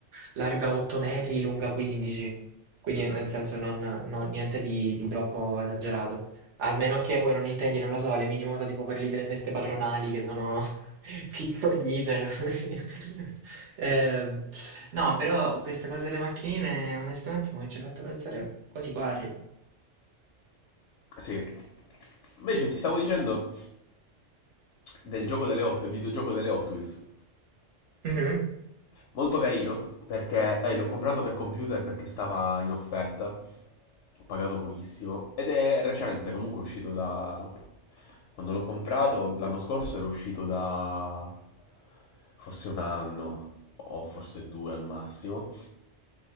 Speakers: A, on the right; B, on the left.
A: larga 8 metri, lunga 15, quindi
B: Ah.
A: nel senso non, non- niente di, di troppo esagerato. Almeno che voi non intendi, non lo so, le minimoto tipo quelle lì delle feste patronali, che sono Piccoline, così. Ehm, <laughs> no, però questa cosa delle macchinine, onestamente, mi ci ha fatto pensare quasi quasi.
B: Sì. Invece ti stavo dicendo del gioco delle Hot, del videogioco delle Hot Wheels.
A: Mhm,
B: Molto carino perché eh, l'ho comprato per computer perché stava in offerta, ho pagato pochissimo ed è recente, comunque è uscito da... Quando l'ho comprato l'anno scorso era uscito da forse un anno o forse due al massimo